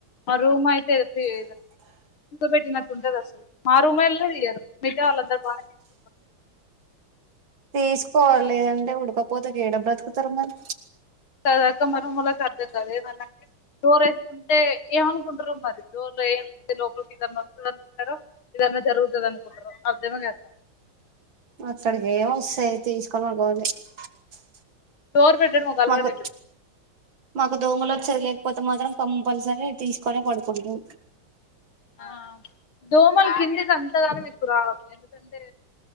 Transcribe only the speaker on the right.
తీసుకోవాలి లేదంటే ఉడుకపోతకి ఎడ బ్రతుకుతారు మరి
అక్కడికి ఏం వస్తాయి తీసుకొని <unintelligible>
మకు
మాకు దోమలోచ్చిదిలే పోతే మాత్రం కంపల్సరీ తీసుకొనే పడుకుంట్రూ